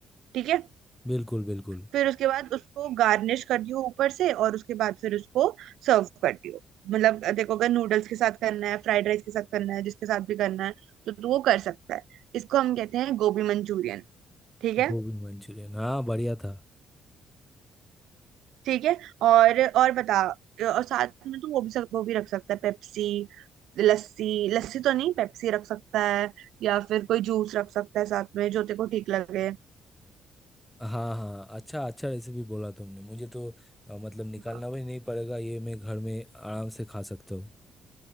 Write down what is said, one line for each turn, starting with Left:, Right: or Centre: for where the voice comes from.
Right: ठीक है
Centre: बिल्कुल बिल्कुल
Right: फिर उसके बाद उसको गार्निश कर दियो ऊपर से और उसके बाद फिर उसको सर्व कर दियो मतलब देखो अगर नूडल्स के साथ करना है फ्राइड राइस के साथ करना है जिसके साथ भी करना है तो तू वो कर सकता है इसको हम कहते हैं गोभी मंचूरियन ठीक है
Centre: गोभी मंचूरियन हाँ बढ़िया था
Right: ठीक है और और बता और साथ में तो वो भी सक, वो भी रख सकता है पेप्सी लस्सी लस्सी तो नहीं पेप्सी रख सकता है या फिर कोई जूस रख सकता है साथ में जो तेरे को ठीक लगे
Centre: हाँ हाँ अच्छा अच्छा रेसिपी बोला तुमने मुझे तो अ, मतलब निकालना
Right: हाँ
Centre: भी नहीं पड़ेगा ये मैं घर में आराम से खा सकता हूँ